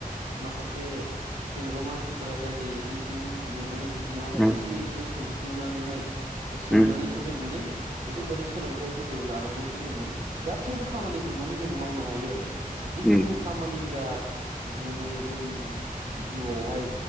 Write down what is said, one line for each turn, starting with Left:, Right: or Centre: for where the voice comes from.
Right: माखासे जे-जेनेबा मानसिफोरा जाय-जाय एसे-एसे मिथियो माने बिसिरनावहाय
Centre: उम
Right: एसे एसे सों <unintelligible> नानैहाय सोंनानैसो
Centre: उम
Right: जों माने बेफोरबायदि सोलोंथाइफोरखौ लानानैसो जोङो गासैबो खामानिखौ माने जोङो मावनो हायो आरो। जिखुनु
Centre: उम
Right: खामानि जा जि माने जों जिउआवहाय